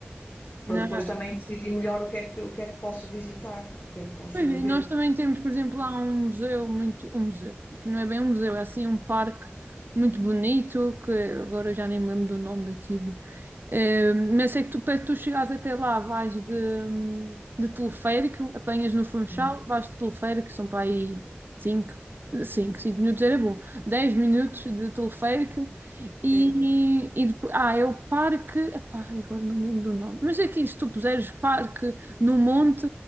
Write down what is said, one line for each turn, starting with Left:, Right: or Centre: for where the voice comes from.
Left: para
Right: Na-
Left: depois também decidir melhor o que é que, o que é que posso visitar, o que é que consigo
Right: pois, e
Left: ver.
Right: nós também temos, por exemplo, lá um museu, muito, um museu, que não é bem um museu, é assim um parque muito bonito, que agora eu já nem me lembro do nome daquilo. Eh, mas sei que tu, para tu chegares até lá, vais de, de teleférico, apanhas no Funchal,
Left: Uhum.
Right: vais de teleférico, são para aí 5 cinco cinco minutos era bom, 10 minutos de teleférico
Left: Sim.
Right: e, e depois, ah, é o parque, epá, agora não me lembro do nome, mas é que se tu puseres parque no monte,